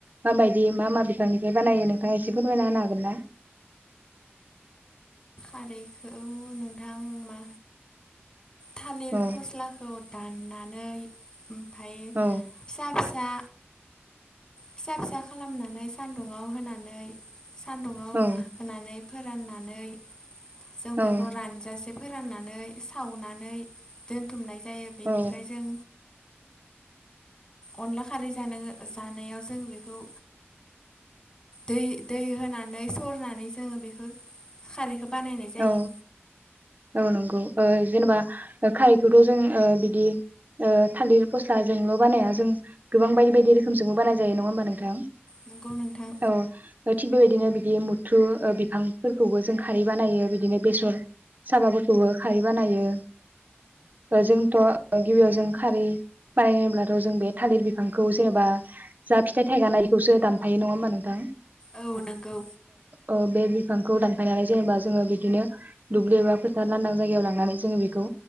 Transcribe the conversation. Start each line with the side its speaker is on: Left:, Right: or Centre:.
Right: माबायदि मा मा बिफांनिफाय बानायो नोंथाङा एसे फोरमायना होनो हागोन ना।
Left: खारैखौ नोंथां मा थालिर
Right: औ
Left: फस्लाखौ दाननानै ओमफाय
Right: औ
Left: फिसा फिसा। फिसा फिसा खालामनानै सानदुङाव होनानै सानदुङाव
Right: औ
Left: होनानै। फोराननानै जों
Right: औ
Left: बेखौ रानजासे फोराननानै। सावनानै दोनथुमनाय जायो बेनिफ्राय
Right: औ
Left: जों। अनला खारै जानो जानायाव जों बेखौ दै दै होनानै सरनानै जोङो बेखौ खारै खौ बानायनाय जायो।
Right: औ औ नंगौ ओ जेनबा खारैखौथ जों बिदि ओ थालिर फस्लाजोंल बानाया जों गोबां बायदि बायदि रोखोमजोंबो बानाय जायो नङा होमबा नोंथां।
Left: नंगौ नोंथां
Right: औ थि बै दिनो बिदि मुथु ओ बिफांफोरखौबो जों खारै बानायो बिदिनो बेसर साबाफोरखौबो खारि बानायो। ओ जोंथ गिबियाव जों खारि बानायनोब्लाथ जों बे थालिर बिफांखौ जेनेबा जा फिथाइ थाइगानायखौसो दानफायो नङा होमबा नोंथां।
Left: औ नोंगौ।
Right: औ बे बिफांखौ दानफायनानै जेनेबा जोङो बिदिनो। दुब्लि एबा फोथार लांदां जायगायाव लांनानै जोङो बेखौ।